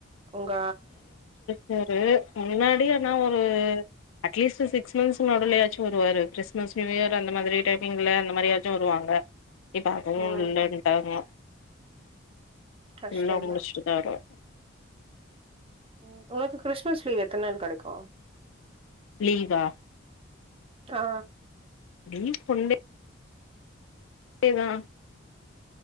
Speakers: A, on the right; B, on the left.
A: உங்க
B: சரி முன்னாடி ஆனா ஒரு அட்லீஸ்ட் சிக் மந்த்ஸ் நடுலயாச்சும் வருவாரு கிறிஸ்மஸ் நியூயரு அந்த மாதிரி டைம்மிங்ல அந்த மாரி வருவாங்க இப்ப அதுவு
A: ம்
B: இல்லண்டாங்க
A: கஷ்டந்தா
B: எல்லாம் முடிச்சுட்டுதா வருவாரு
A: ம் ஒனக்கு கிறிஸ்மஸ் லீவ் எத்தன் நாள் கடைக்கும்
B: லீவா
A: கா
B: நீ <unintelligible> எதா